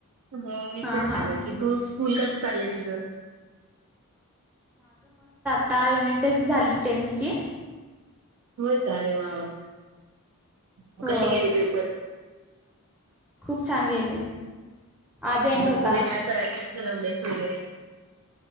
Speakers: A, on the right; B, in the centre.
A: मी
B: हां
A: पण छान
B: हां
A: आहे की तू स्कूल कसं चालेय तुझं.
B: का युनिट टेस्ट झाली टेन्थची
A: होय काय अरे वा वा म
B: हो
A: कसे गेले पेपर.
B: खूप छान गेले. आज एंड
A: म
B: होता
A: पुढे काय करायचं ठरवलेस वगैरे